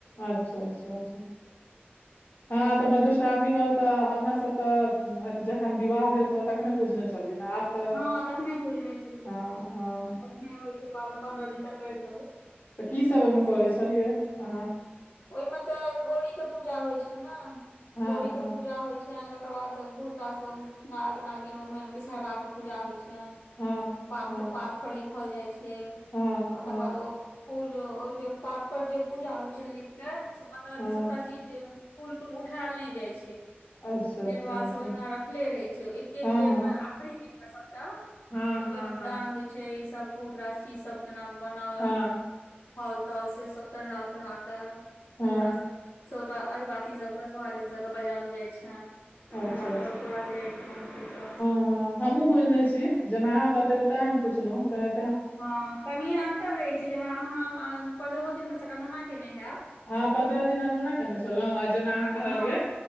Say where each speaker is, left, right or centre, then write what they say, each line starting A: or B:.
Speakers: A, on the left; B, on the left.
A: अच्छा अच्छा अचछा हँ तऽ बधुश्रावणी वला त अपना सब त जखन विवाह भेल छलै तखने पूजने छलिये ना आब तऽ
B: हँ तखने पुजने छै
A: हँ हँ
B: तखने होइ छै प पन्द्रह दिन तक करैत रहू
A: तऽ की सब ओहिमे करै
B: से छै
A: छलियै अहाँ
B: ओहिमे तऽ गौड़री के पूजा होइ छनि ने
A: हँ
B: गौड़री के
A: हँ
B: पूजा होइ छनि ओकर बाद बहुत रास नाग नागिन ओहिमे विषहरा के पूजा होइ छनि
A: हँ
B: पा
A: हँ
B: पात पर लिखल जाइ छै आ
A: हँ
B: तकर
A: हँ
B: बाद ओ फूल जे पात पर जे पूजा होइ छै लिख के से पन्द्रह
A: हँ
B: दिन सबटा चीज फूल तूल उठायल नहि जाइ छै
A: अच्छा अच्छा
B: निर्वाल
A: अच्छा
B: सब ओहिना रखले रहै छै एके
A: हँ
B: बेर
A: हँ
B: मे आ आखिरी दिन मे सबटा
A: हँ
B: सन्दूरदान
A: हँ हँ
B: होइ छै ई सब बहुत रास चीज सब जेना बनल
A: हँ
B: हल तल से सब चढ़ायल तरह के
A: हँ
B: बहुतरास सभटा अहिबाती सभके सोहागिन सबके बजाओल जाइ छन हुनकासभकेँ
A: अच्छा
B: खुआयल जाइ छनि सेसभ
A: हम हमू पुजने छी जेना अहाँ बतेबै ते हम पुछलहुँ तेना
B: हँ तनिएे अन्तर रहैत छै जेना अहाँ पन्द्रहो दिन परसँ करौना केने हयब
A: हँ पंन्द्रह दिन अनुना केने छलहुं आ जेना अहाँ कहलियै
B: हँ